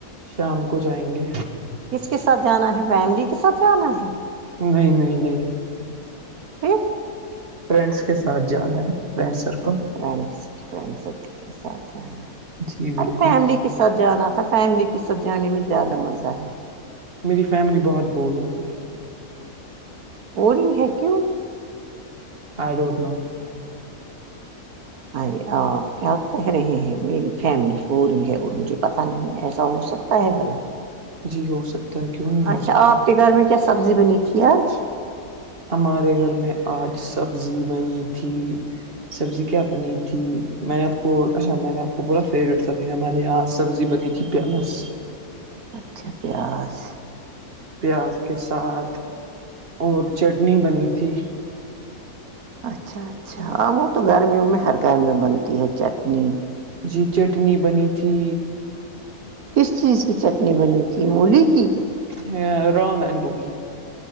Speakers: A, on the right; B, on the right.
A: شام کو جائیں گے
B: کس کے ساتھ جانا ہے فیملی کے ساتھ جانا ہے
A: نہیں نہیں نہیں
B: پھر
A: فرینڈس کے ساتھ جانا ہے فرینڈ
B: اچھا
A: سرکل
B: اچھا فرینڈ فرینڈ سرکل کے ساتھ جانا ہے
A: جی
B: ارے
A: بالکل
B: فیملی کے ساتھ ساتھ جانا تھا فیملی کے ساتھ جانے میں زیادہ مزہ ہے
A: میری فیملی بہت بورنگ ہے
B: بورنگ ہے کیوں
A: اڈونٹ نو
B: ارے آپ کیا کہہ رہے ہیں میری فیملی پورنگ ہے اور مجھے پتہ نہیں ایسا ہو سکتا نہیں پلا
A: جی ہو سکتا ہے کیوں نہیں ہو
B: اچھا
A: سکتا
B: آپ کے گھر میں کیا سبزی بنی تھی آج
A: ہمارے گھر میں آج سبزی بنی تھی سبزی کیا بنی تھی میں نے آپ کو اچھا میں نے آپ کو بورا فیوریٹ سبزی ہمارے یہاں سبزی بنی تھی پیاز
B: اچھا پیاز
A: پیاز کے ساتھ اور چٹنی بنی تھی
B: اچھا اچھا ہاں وہ تو گرمیوں میں ہر گھر میں بنتی ہے چٹنی
A: جی چٹنی بنی تھی
B: کس چیز کی چٹنی بنی تھی مولی کی
A: ہ رامگوک